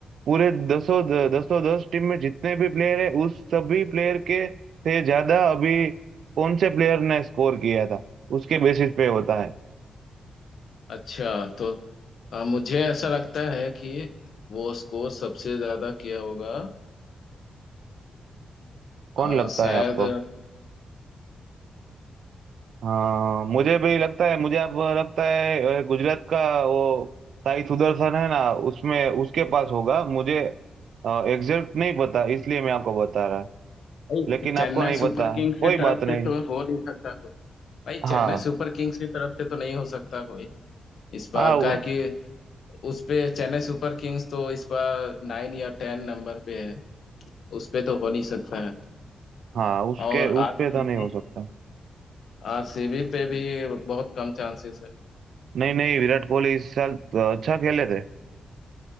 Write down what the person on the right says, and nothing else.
पूरे दसों दसों दस टीम में जितने भी प्लेयर है उस सभी प्लेयर के से ज्यादा अभी कौन से प्लेयर ने स्कोर किया था उसके बेसिस पे होता है
कौन
लगता
है आपको हाँ मुझे भी लगता है मुझे अब लगता है अ, गुजरात का वो साई सुदर्शन है ना उसमें उसके पास होगा मुझे एग्जैक्ट नहीं पता इसलिए मैं आपको बता रहा
लेकिन
आपको नहीं
पता है,
कोई
बात नहीं
हाँ
हाँ वो-
हाँ उसके
उस
पे तो नहीं हो सकता
नहीं नहीं विराट कोहली इस साल अच्छा खेले थे